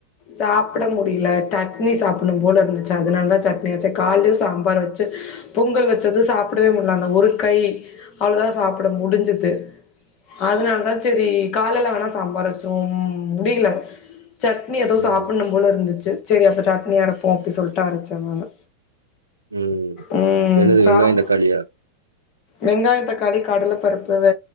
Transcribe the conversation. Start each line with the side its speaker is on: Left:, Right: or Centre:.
Left: சாப்ட முடியல சட்னி சாப்பிடணும் போல இருந்துச்சு அதனால தா சட்னி வெச்சே காலேயு சாம்பார் வச்சு பொங்கல் வச்சது சாப்டவே முடியல அந்த ஒரு கை அவ்ளவுதா சாப்ட முடுஞ்சது அதனால தான் சேரி காலேல வேணா சாம்பார் வச்சுருவோ முடியல சட்னி ஏதோ
Right: ம்
Left: சாப்பிட்னும் போல இருந்துச்சு சரி அப்ப சட்னி இதயே அரப்போம் அப்டி சொல்லிட்டு அரச்சே நானு
Right: ம்
Left: உம்
Right: என்னது
Left: சாப்
Right: வெங்காயம் தக்காளியா
Left: வெங்காய தக்காளி கடல பருப்பு வ